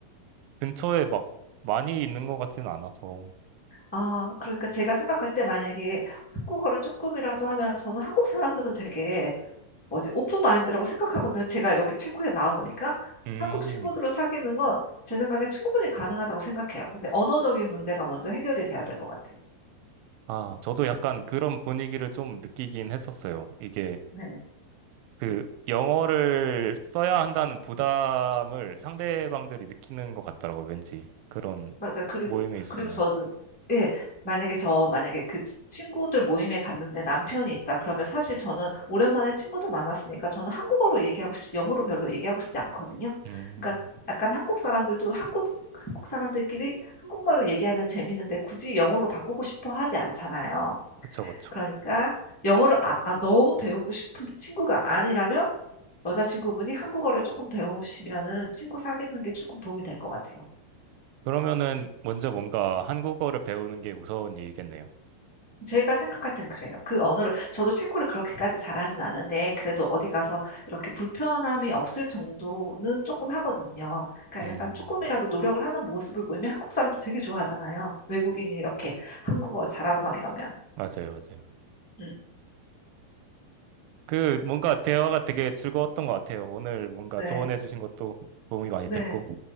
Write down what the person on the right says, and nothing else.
근처에 막 많이 있는 것 같진 않아서.
음.
아, 저도 약간 그런 분위기를 좀 느끼긴 했었어요. 이게
그 영어를 써야 한다는 부담을 상대방들이 느끼는 것 같더라고요. 왠지 그런
모임에 있으면.
음,
그쵸, 그쵸.
그러면은 먼저 뭔가 한국어를 배우는 게 우선 일이겠네요.
음,
맞아요, 맞아요.
그 뭔가 대화가 되게 즐거웠던 것 같아요. 오늘 뭔가
조언해 주신 것도 도움이 많이
됐고.